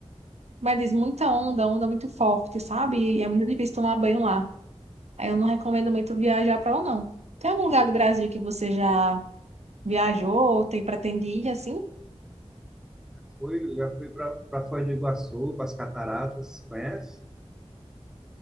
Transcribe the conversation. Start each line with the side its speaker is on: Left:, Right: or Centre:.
Right: como é que diz, muita onda, onda muito forte, sabe? E é muito difícil tomar banho lá. Aí eu não recomendo muito viajar para lá, não. Tem algum lugar do Brasil que você já viajou ou tem pretende ir assim?
Centre: já fui, já fui para Foz do Iguaçu, para as cataratas, conhece?